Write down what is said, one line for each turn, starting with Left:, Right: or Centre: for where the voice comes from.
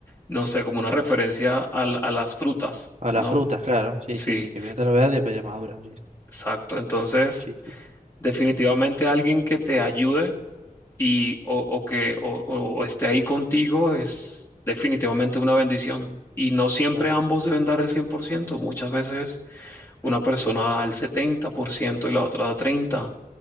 Left: no sé, como una referencia al- a, las frutas,
Right: A las
Left: ¿no?
Right: frutas, claro. Sí,
Left: Sí,
Right: sí, sí, que primero está lo verde y después ya madura. Sí,
Left: exacto. Entonces,
Right: sí, sí, sí,
Left: definitivamente alguien que te ayude y o, o que o, o- o esté ahí contigo es definitivamente una bendición. Y no siempre
Right: claro,
Left: ambos deben dar el cien por ciento muchas veces Una persona da el 70% y la otra da 30%.